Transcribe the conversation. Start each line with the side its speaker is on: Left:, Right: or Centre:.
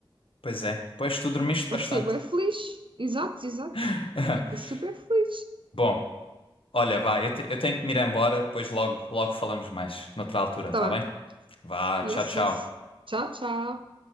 Left: pois é, pois tu dormiste bastante.
Right: Eu fiquei bem feliz. Exato, exato.
Left: <laughs>
Right: Fiquei super feliz.
Left: Bom, olha, vá, eu, te- eu tenho que me ir embora, depois logo, logo falamos mais, noutra altura,
Right: Tá
Left: tá
Right: bem.
Left: bem? Vá,
Right: Yes,
Left: tchau, tchau.
Right: yes. Tchau, tchau.